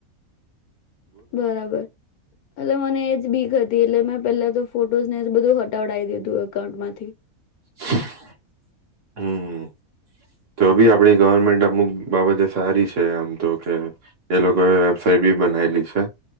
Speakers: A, on the left (about 75°); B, on the right (about 55°).
A: બરાબર એટલે મને એજ બી હતી એટલે મેં પેલા તો ફોટોસને બધું હટડાવી દીધું એકાઉન્ટમાંથી
B: <inaudible> હમ તો બી આપડી ગવર્મેન્ટ અમુક બાબતે સારી છે આમ તો કે એ લોકોએ વેબસાાઈટ બી બનાવેલી છે.